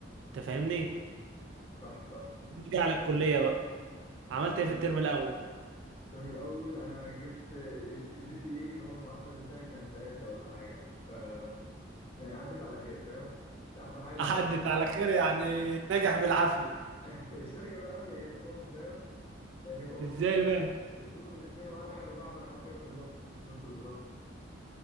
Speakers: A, on the right; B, on the left.
A: انت فاهمني
B: صح صح
A: نيجي على الكلية بقى عملت
B: انا
A: ايه في الترم الاول
B: الترم الاول انا جبت الجي تي اي اللي هو المعدل بتاعي كان ثلاثة ولا حاجه ف يعني عديت على خير فاهم مش احسن حاجه
A: <laughs>
B: ومش
A: عدت
B: اوحش حاجه
A: على خير يعني نجح بالعافية
B: <laughs> الشهي والعافيه هي في النص فاهم يعني هو
A: ازاي
B: سقوط من
A: بقى
B: السقوط من اتنين ولا حاجه اربعه فانا حرفيا في النص في النص بالظبط